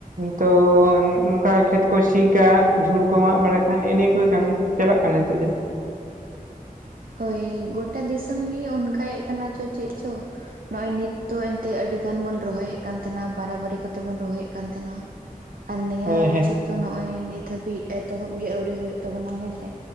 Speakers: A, on the right (about 65°); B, on the right (about 80°).
A: ᱛᱚ ᱱᱚᱝᱠᱟ ᱠᱷᱮᱛ ᱠᱩᱭ ᱥᱤ ᱠᱟᱜ, ᱡᱷᱩᱲ ᱠᱚ ᱢᱟᱜ ᱵᱟᱲᱟ ᱠᱟᱜ ᱱᱮᱜ-ᱮ ᱱᱤᱭᱟᱹ ᱠᱚᱜᱮ ᱠᱟᱹᱢᱤ ᱪᱟᱞᱟᱜ ᱠᱟᱱᱟ ᱱᱤᱛᱚᱜ ᱫᱚ
B: ᱦᱳᱭ ᱜᱚᱴᱟ ᱫᱤᱥᱚᱢ ᱜᱮ ᱚᱱᱠᱟᱭᱮᱫ ᱠᱟᱱᱟ ᱪᱚ ᱪᱮᱫ ᱪᱚ ᱱᱚᱜᱼᱚᱭ ᱱᱤᱛ ᱫᱚ ᱮᱱᱛᱮᱜ ᱟᱹᱰᱤ ᱜᱟᱱ ᱵᱚᱱ ᱨᱚᱦᱚᱭᱮᱫ ᱠᱟᱱ ᱛᱟᱦᱮᱱᱟ ᱵᱟᱨᱟᱵᱟᱹᱨᱤ ᱠᱚᱛᱮ ᱵᱚᱱ ᱨᱚᱦᱚᱭᱮᱫ ᱠᱟᱱ ᱛᱟᱦᱮᱱᱟ
A: <inaudible>
B: ᱟᱨ ᱱᱤᱭᱟᱹ
A: ᱦᱮᱸ
B: ᱵᱚᱪᱷᱚᱨ
A: ᱦᱮᱸ
B: ᱫᱚ ᱱᱚᱜ-ᱚᱚᱭ ᱱᱤᱛ ᱦᱟᱹᱵᱤᱡ ᱮᱛᱚᱦᱚᱵ ᱜᱮ ᱟᱣᱨᱤ ᱦᱩᱭᱩᱜ ᱛᱟᱵᱚᱱᱟ ᱦᱳᱭ ᱥᱮ